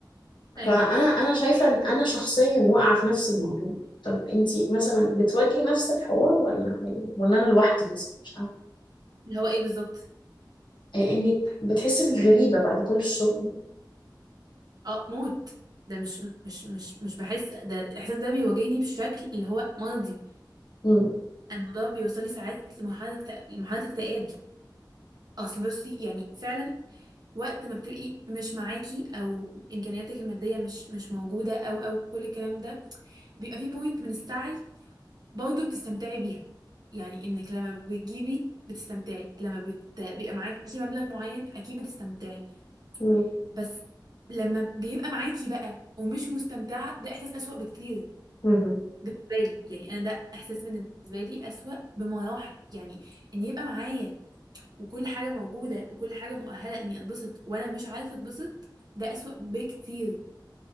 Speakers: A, on the right; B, on the left.
A: أيوه
B: فأنا أنا شايفة إن أنا شخصيا واقعة في نفس الموضوع طب انت مثلا بتواجهي نفس الحوار ولا ولا ولا انا لوحدي مثلا مش عارفه
A: اللي هو إيه بالظبط
B: آه، انك بتحسي انك غريبه بعد كل الشغل
A: أه موت ده مش مش مش مش بحس ده الإحساس ده بيواجهني بشكل اللي هو مرضي
B: ده
A: أنا الموضوع بيوصلي ساعات لمرحلة اكتئاب لمرحلة اكتئاب أصل بصي يعني فعلا وقت ما بتبقي مش معاكي او امكانياتك الماديه مش مش موجوده او او كل الكلام ده بيبقى في بوينت من السعي برضه بتستمتعي بيها يعني انك لما بتجيبي بتستمتعي لما بت... بيبقى معاكي مبلغ معين اكيد بتستمتعي
B: مم.
A: بس لما بيبقى معاكي بقى ومش مستمتعة ده احساس اسوأ بكتير
B: مم.
A: بالنسبة لي يعني انا ده احساس بالنسبة لي اسوأ بمراحل يعني ان يبقى معايا وكل حاجة موجودة وكل حاجة مؤهلة اني اتبسط وانا مش عارفة اتبسط ده اسوأ بكتير